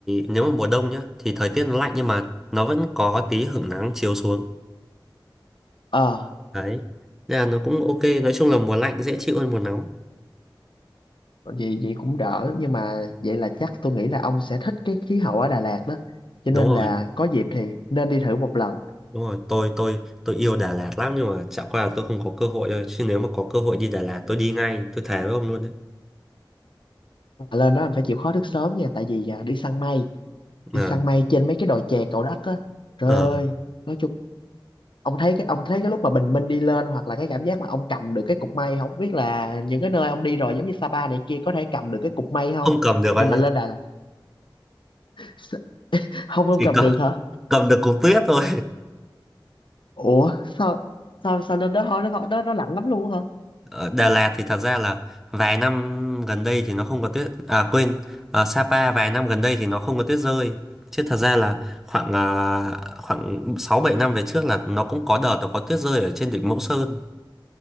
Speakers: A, in the centre; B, on the left.
A: nếu mà mùa đông nhá thì thời tiết nó lạnh nhưng mà nó vẫn có tí hửng nắng chiếu xuống.
B: ờ
A: Đấy. Nên là nó cũng ok, nói chung là mùa lạnh dễ chịu hơn mùa nóng.
B: vậy vậy cũng đỡ nhưng mà vậy là chắc tôi nghĩ là ông sẽ thích cái khí hậu ở Đà Lạt đó cho
A: Đúng
B: nên
A: rồi,
B: là có dịp thì nên đi thử một lần
A: đúng rồi, tôi tôi tôi yêu Đà Lạt lắm nhưng mà chả qua là tôi không có cơ hội thôi, chứ nếu mà có cơ hội đi Đà Lạt tôi đi ngay, tôi thề với ông luôn đấy.
B: Mà lên đó mình phải chịu khó thức sớm nha tại vì à, đi săn mây
A: Ờ,
B: đi săn mây trên mấy cái đồi chè Cầu Đất á trời
A: ờ,
B: ơi nói chung ông thấy cái ông thấy cái lúc mà bình minh đi lên hoặc là cái cảm giác mà ông cầm được cái cục mây không biết là những cái nơi ông đi rồi giống như Sapa này kia có thể cầm được cái cục mây không
A: không cầm được bạn
B: nhưng mà
A: ạ,
B: lên Đà Lạt s- không không
A: chỉ
B: cầm
A: cầm
B: được hả
A: cầm được cục tuyết thôi.
B: ủa sao sao sao lên đó thôi nó nó nó lạnh lắm luôn hả
A: Ở Đà Lạt thì thật ra là vài năm gần đây thì nó không có tuyết à quên ở Sapa vài năm gần đây thì nó không có tuyết rơi chứ thật ra là khoảng à, khoảng 6 7 năm về trước là nó cũng có đợt nó có tuyết rơi ở trên đỉnh Mẫu Sơn